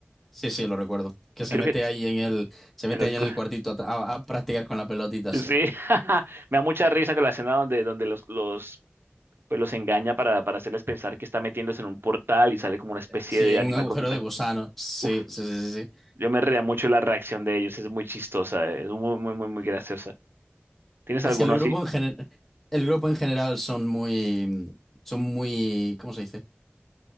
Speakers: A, in the centre; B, on the right (about 65°).
A: sí, sí, lo recuerdo. Que
B: Y
A: se
B: creo
A: mete
B: que,
A: ahí en el, se
B: en
A: mete
B: el
A: ahí
B: cu-
A: en el cuartito a, a- a practicar con la pelotita,
B: <laughs> sí,
A: sí.
B: <laughs> me da mucha risa con la escena donde, donde los, los, pues los engaña para, para hacerles pensar que está metiéndose en un portal y sale como una especie
A: Eh, Sí,
B: de
A: en
B: animal
A: un agujero
B: con tentáculos.
A: de gusano. Sí,
B: Uf,
A: sí, sí, sí. sí.
B: yo me reía mucho la reacción de ellos, es muy chistosa, eh, es muy, muy, muy, muy graciosa. ¿Tienes
A: Es
B: alguno
A: que el grupo
B: así?
A: en general. El grupo en general son muy, son muy, ¿cómo se dice?